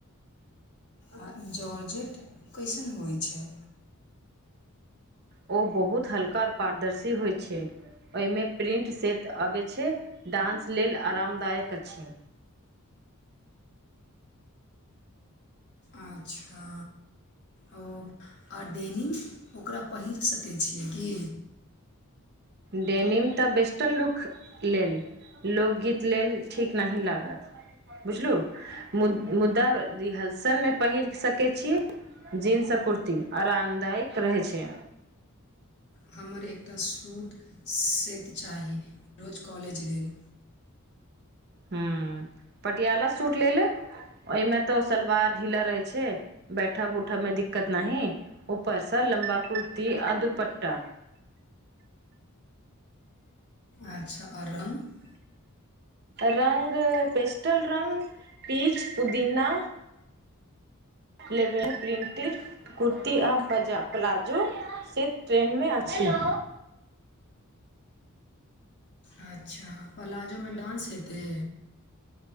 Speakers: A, on the left (about 50°); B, on the right (about 50°).
A: आ जॉर्जट कइसन होइ छै?
B: ओ बहुत हल्का, पारदर्शी होइ छै। ओहिमे प्रिंट सेट अबै छै, डान्स लेल आरामदायक अछि।
A: अच्छा! ओ आ डेनीम, ओकरा पहिर सकैत छियै की?
B: देनीम तऽ वेस्टर्न लुक लेल, लोकगीत लेल ठीक नहि लागत, बुझलहु। मु मुद्दा, रिहर्सलमे पहिर सकैत छी। जींस आ कुर्ती, आरामदायक रहै छै।
A: हमरा एकटा सूट सेट चाही, रोज कॉलेज लेल।
B: ह्म, पटियाला सूट लेले, ओहिमे तऽ सलवार ढीला रहै छै, बैठब- उठब में दिक्कत नहीं। उपर सऽ लंबा कुर्ती, आ दुपट्टा।
A: अच्छा! आओर रङ्ग?
B: रङ् पेस्टल रङ्ग, पीच पुदीना। लेभेन प्रिन्टेड। कुर्ती आ पजा प्लाजो, से ट्रेंडमे अछि। <inaudible>
A: अच्छा! प्लाजोमे डान्स हेतै?